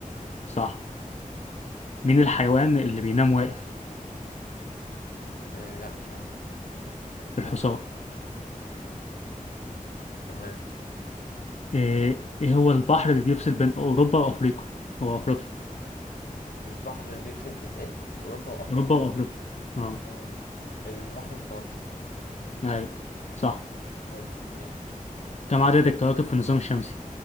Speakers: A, on the left; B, on the left.
A: صح مين الحيوان اللي بينام واقف؟
B: آه، لا مش عارف
A: الحصان
B: تمام
A: إيه إيه هو البحر اللي بيفصل بين أوروبا وأفريقيا وأفريقيا
B: البحر اللي بيفصل بين ايه أوروبا وأفريقيا
A: أوروبا وأفريقيا أه
B: آه، البحر المتوسط
A: أي صح
B: حلو يلا
A: كم عدد الكواكب في النظام الشمسي